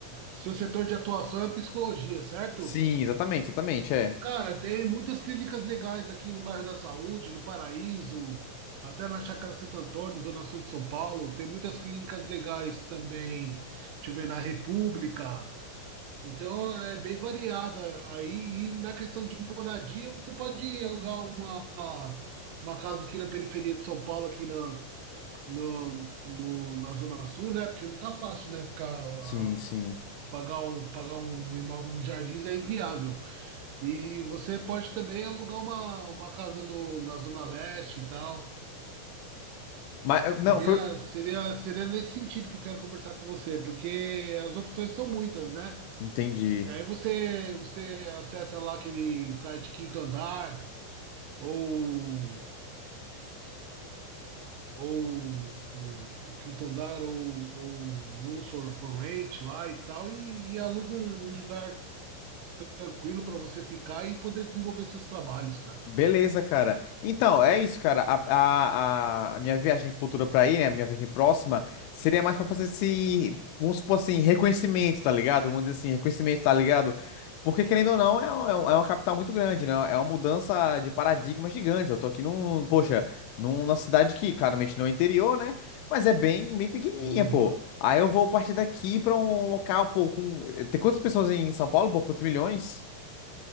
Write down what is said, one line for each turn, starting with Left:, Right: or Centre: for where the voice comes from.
Right: Seu setor de atuação é psicologia, certo?
Left: Sim, exatamente, exatamente, é.
Right: Cara, tem muitas clínicas legais aqui no bairro da Saúde, no Paraíso, até na Chácara Santo Antônio, Zona Sul de São Paulo. Tem muitas clínicas legais também. Deixa eu ver, na República. Então é bem variada aí. E na questão de moradia, você pode alugar uma, uma casa aqui na periferia de São Paulo, aqui na, no, no- na Zona Sul, né? Porque não tá fácil, né? Ficar, ah,
Left: Sim, sim.
Right: pagar um, pagar um imóvel nos Jardins é inviável. E você pode também alugar uma, uma casa no, na Zona Leste e tal.
Left: Mas eu- não,
Right: Seria,
Left: foi.
Right: seria, seria nesse sentido que eu quero conversar com você, porque as opções são muitas, né?
Left: Entendi.
Right: Aí você, você acessa lá aquele site Quinto Andar, ou, ou o, o Quinto Andar, ou, ou Rooms for, for Rent lá e tal, e, e aluga um lugar tranquilo para você ficar e poder desenvolver seus trabalhos, cara.
Left: Beleza, cara. Então, é isso, cara. A, a, a a minha viagem futura pra aí, né? Minha viagem próxima, seria mais pra fazer esse, vamos supor assim, reconhecimento, tá ligado? Vamos dizer assim, reconhecimento, tá ligado? Porque, querendo ou não, é, um- é, um- é uma capital muito grande, né? É uma mudança de paradigma gigante. Eu tô aqui num, poxa, numa cidade que claramente não é interior, né? Mas é bem, bem pequenininha,
Right: Uhum.
Left: pô. Aí eu vou partir daqui pra um local, pô, com. eh, Tem quantas pessoas em São Paulo, pô? Quantos milhões?